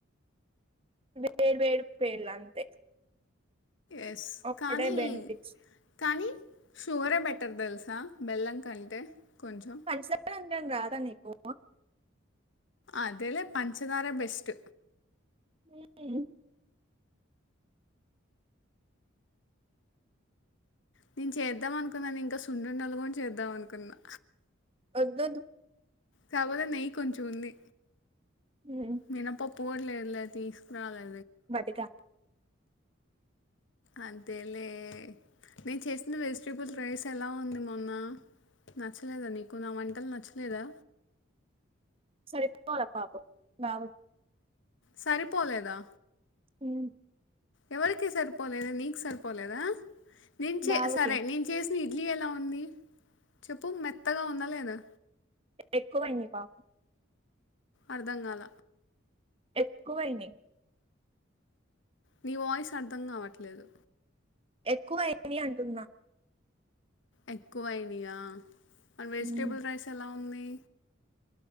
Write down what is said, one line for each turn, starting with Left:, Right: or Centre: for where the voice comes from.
Right: వేర్ వేర్ పేర్లు అంతే.
Left: ఎస్
Right: ఒకటే
Left: కానీ
Right: బెనిఫిట్స్
Left: కానీ షుగరే బెటర్ తెలుసు సా బెల్లం కంటే కొంచెం
Right: పంచదార అనడం రాదా నీకు.
Left: అదేలే పంచదారె బెస్ట్.
Right: హుహ్
Left: నేను చేద్దాం అనుకున్నాను ఇంకా సున్నుండలు కూడ చేద్దాం అనుకున్నా.
Right: అద్దద్దు.
Left: కాకపోతే నెయ్యి కొంచెం ఉంది.
Right: ఉమ్,
Left: మినపప్పు కూడ లేదులే తీసుకురాలే.
Right: బటికా
Left: అంతేలే నేను చేసిన వెజిటేబుల్ రైస్ ఎలా ఉంది మొన్నా. నచ్చలేదా నీకు నా వంటలు నచ్చలేదా.
Right: సరిపోలా పాపం నా
Left: సరిపోలేదా
Right: హు
Left: ఎవరికి సరిపోలేదా నీకు సరిపోలేదా నేను
Right: బావకి
Left: సరే నేను చేసి న ఇడ్లీ ఎలా ఉంది చెప్పు మెత్తగా ఉందా లేదా.
Right: ఎక్కువైంది బా
Left: అర్ధం కాల
Right: ఎక్కువైనయి
Left: నీ వాయిస్ అర్థం కావట్లేదు.
Right: ఎక్కువ అయినయి అంటున్నా.
Left: ఎక్కువ అయినయా అండ్ వెజిటేబుల్
Right: ఉమ్,
Left: రైస్ ఎలా ఉంది.